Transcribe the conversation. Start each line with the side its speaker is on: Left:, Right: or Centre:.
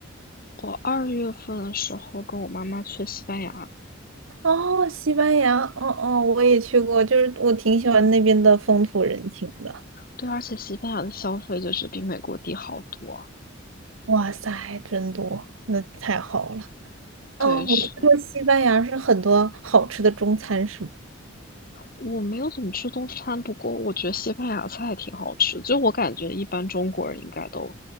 Left: 我二月份的时候跟我妈妈去西班牙，
Right: 哦，西班牙，哦哦，我也去过，就是我挺喜欢那边的风土人情的。
Left: 对，而且西班牙的消费就是比美国低好多啊。
Right: 哇塞，真多，那太好了。
Left: 对，
Right: 哦，我听说西班牙是很多好吃的中餐，
Left: 是
Right: 是吗？
Left: 我没有怎么吃中餐，不过我觉得西班牙菜挺好吃，就我感觉一般中国人应该都